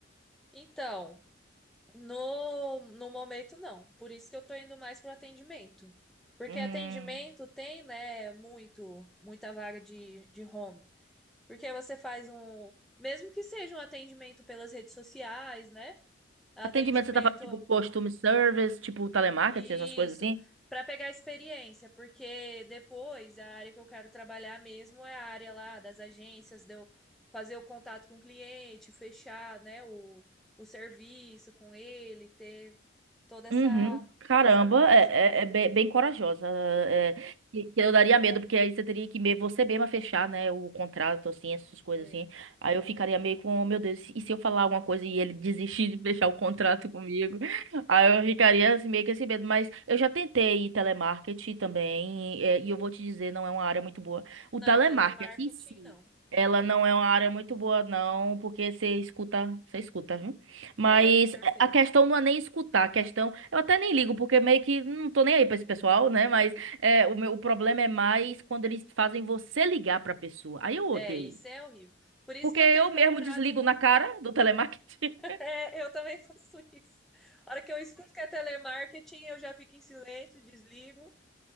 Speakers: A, in the centre; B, on the right (about 85°).
A: Então, no, no momento não. Por isso que eu tô indo mais pro atendimento. Porque
B: Hum,
A: atendimento tem, né, muito, muita vaga de, de home. Porque você faz um, mesmo que seja um atendimento pelas redes sociais, né? Atendimento,
B: atendimento, você tá falando tipo costume service, tipo telemarketing,
A: isso,
B: essas coisas assim?
A: para pegar experiência, porque depois a área que eu quero trabalhar mesmo é a área lá das agências, de eu fazer o contato com o cliente, fechar, né, o, o serviço com ele, ter toda essa
B: Uhum. Caramba,
A: essa parte.
B: é, é- é bem, bem corajosa. é, que, que eu daria medo, porque aí você teria que me- você mesma fechar, né, o contrato, assim, essas coisas
A: É.
B: assim. Aí eu ficaria meio com, "Oh, meu Deus, e se eu falar alguma coisa e ele <laughs> desistir de fechar o contrato comigo? Aí eu ficaria assim, meio que esse medo. Mas eu já tentei telemarketing também, é, e eu vou te dizer, não é uma área muito boa.
A: Não,
B: O telemarketing,
A: telemarketing
B: em si,
A: não.
B: Ela não é uma área muito boa, não, porque você escuta, você escuta, viu? Mas
A: É, com certeza.
B: a questão não é nem escutar, a questão. Eu até nem ligo, porque meio que não tô nem aí pra esse pessoal, né? Mas é, o meu o problema é mais quando eles fazem você ligar pra pessoa. Aí eu odeio.
A: É, isso é horrível. Por isso
B: Porque
A: que eu
B: eu
A: tenho procurado
B: mesmo desligo na cara do telemarketing.
A: É, eu também <laughs> faço isso. A hora que eu escuto que é telemarketing, eu já fico em silêncio, desligo.